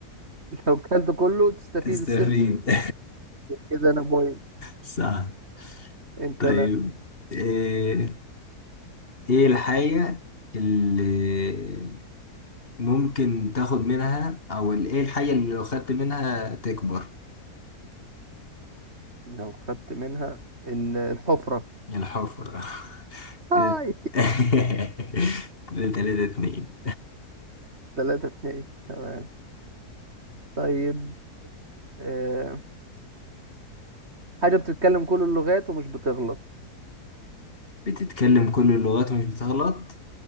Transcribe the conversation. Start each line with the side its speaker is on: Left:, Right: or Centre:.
Right: <laughs> لو كلت كله تستفيد
Left: <laughs> تستفيد
Right: السمسم كده أنا بوينت
Left: صح
Right: انت
Left: طيب
Right: لأ
Left: ايه إيه الحاجة اللي ممكن تاخد منها او ال- ايه الحاجة اللي لو خدت منها تكبر
Right: لو خدت منها ال- الحفرة
Left: الحفرة
Right: هاي
Left: كده <laughs> كده تلاتة اتنين
Right: <laughs> ثلاثة اتنين تمام طيب آه. حاجة بتتكلم كل اللغات ومش بتغلط
Left: بتتكلم كل اللغات ومش بتغلط